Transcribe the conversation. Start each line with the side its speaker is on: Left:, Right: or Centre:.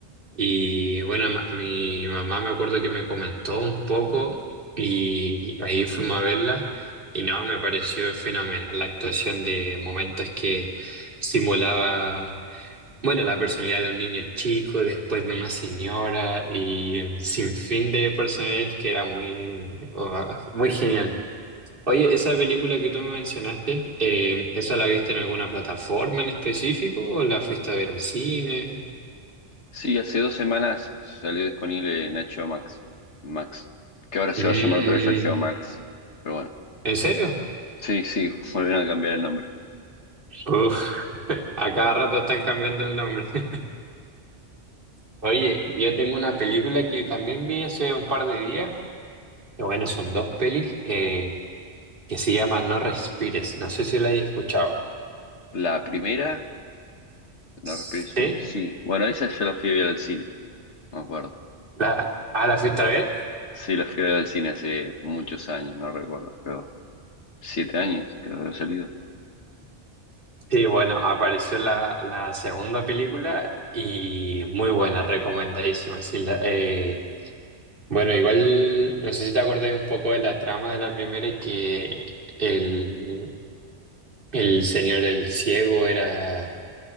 Right: Y bueno, ma- mi mamá me acuerdo que me comentó un poco y ahí fuimos a verla. Y no, me pareció fenomenal la actuación de momentos que simulaba, bueno, la personalidad de un niño chico, después de una señora y mm, sin fin de personajes que era muy, oh, muy genial. Oye, esa película que tú me mencionaste, eh, ¿esa la viste en alguna plataforma en específico o la fuiste a ver al cine?
Left: Sí, hace dos semanas salió disponible en HBO Max, Max, que ahora se
Right: Mm,
Left: va a llamar otra vez HBO Max, pero bueno,
Right: ¿en serio?
Left: sí, sí, <laughs> volvieron a cambiar el nombre.
Right: Uf, a cada rato están cambiando el nombre. <laughs> Oye, yo tengo una película que también vi hace un par de días, que bueno, son dos pelis, eh, que se llama No Respires. No sé si la hayas escuchado.
Left: La primera No
Right: Sí,
Left: respires uno. Sí. Bueno, esa yo la fui a ver al cine, me acuerdo.
Right: la, ¿ah, la fuiste a ver?
Left: Sí, la fui a ver al cine hace muchos años, no recuerdo, pero siete años creo que habrá salido.
Right: Sí, bueno, apareció la, la segunda película y muy buena, recomendadísima. Sí, la- eh, bueno, igual no sé si te acordáis un poco de la trama de la primera y que el, el señor el ciego era